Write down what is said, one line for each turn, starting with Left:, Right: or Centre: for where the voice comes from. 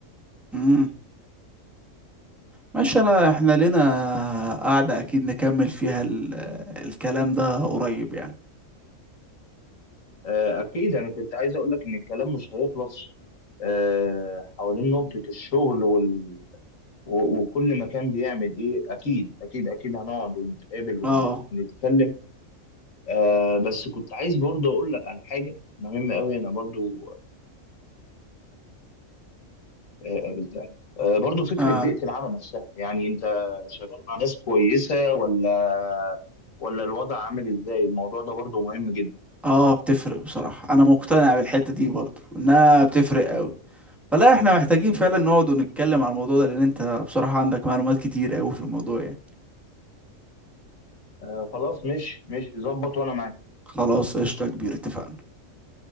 Centre: امم ماشي أنا إحنا لنا قعدة أكيد نكمل فيها ال- الكلام ده قريب يعني
Left: آه، أكيد أنا كنت عايز أقول لك إن الكلام مش هيخلص آه، حوالين نقطة الشغل وال... و- وكل مكان بيعمل إيه أكيد أكيد أكيد هنقعد ونتقابل ون-
Centre: اه
Left: ونتكلم آه، بس كنت عايز برضه أقول لك على حاجة مهمة أوي أنا برضه آه، قابلتها آه، برضه فكرة
Centre: اه
Left: بيئة العمل نفسها يعني أنت شغال مع ناس كويسة ولا ولا الوضع عامل إزاي الموضوع ده برضه مهم جدا
Centre: اه بتفرق بصراحة أنا مقتنع بالحتة دي برضو إنها بتفرق أوي فلا احنا محتاجين فعلا نقعد ونتكلم على الموضوع ده لان انت بصراحة عندك معلومات كتير قوي في الموضوع يعني
Left: آه، خلاص مش مش ظبط وأنا معاك
Centre: خلاص قشطة يا كبير اتفقنا